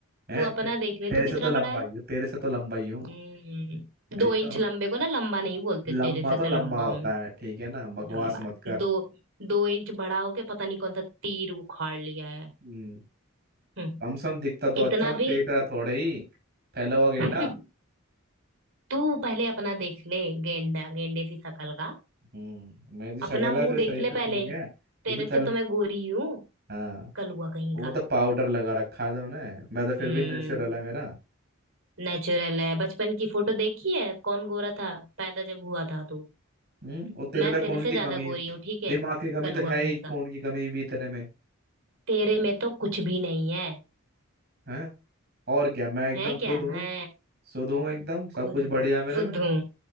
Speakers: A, on the right; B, on the right.
A: हैं
B: तू
A: ते-
B: अपना देख ले
A: तेरे
B: तू कितना
A: से तो लंबा
B: बड़ा है
A: ही हूँ तेरे से तो लंबा ही हूँ
B: हम्म
A: वही
B: दो इंच
A: तो
B: लंबे को ना लंबा नहीं बोलते
A: लंबा
B: तेरे से
A: तो
B: तो लंबा
A: लंबा होता
B: हूँ
A: है ठीक है ना बकवास
B: लंबा
A: मत कर
B: दो दो इंच बड़ा होके पता नहीं कौन सा तीर उखाड़ लिया है
A: हम्म
B: हम्म,
A: कम से कम दिखता तो
B: इतना
A: अच्छा हूँ तेरी
B: भी
A: तरह थोड़े ही फैला हुआ गेंडा
B: <laughs> तू पहले अपना देख ले गेंडा गेंडे सी शकल का
A: हम्म मेरी तो शक्ल
B: अपना मुंह
A: है फिर
B: देख
A: शरीर
B: ले
A: तो ठीक
B: पहले
A: है तू
B: तेरे
A: तो
B: से
A: चल
B: तो मैं गोरी हूँ
A: हाँ
B: कलुआ कहीं
A: वो
B: का
A: तो पाउडर लगा रखा था उन्हें मैं तो फिर
B: हम्म
A: भी नेचुरल है मेरा
B: नेचुरल है बचपन की फोटो देखी है कौन गोरा था पैदा जब हुआ था तू
A: हम्म और तेरे
B: मैं
A: में
B: तेरे
A: खून
B: से
A: की
B: ज्यादा
A: कमी है
B: गोरी हूँ ठीक है
A: दिमाग की कमी
B: कलुआ
A: तो है ही
B: कहीं का
A: खून की कमी भी तेरे में
B: तेरे में तो कुछ भी नहीं है
A: है और क्या मैं एकदम
B: है
A: शुद्ध
B: क्या
A: हूँ
B: है
A: शुद्ध हूँ एकदम सब
B: खुद
A: कुछ बढ़िया मेरे
B: शुद्ध
A: में
B: हूँ